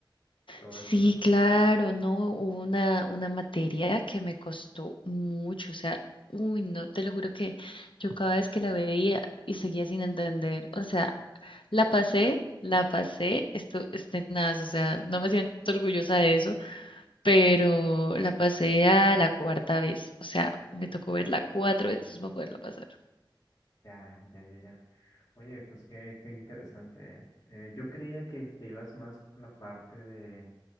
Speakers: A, on the left; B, on the left.
A: todo
B: Sí,
A: eso, ¿no?
B: claro, no, hubo una, una materia que me costó mucho, o sea, uy, no, te lo juro que yo cada vez que la veía y seguía sin entender, o sea, La pasé, la pasé, esto, este, nada, o sea, no me siento orgullosa de eso, pero la pasé a la cuarta vez, o sea, me tocó verla cuatro veces para poderla pasar.
A: Ya, ya, ya, ya. Oye, pues qué, qué interesante. Eh, eh, yo creía que te ibas más por la parte de,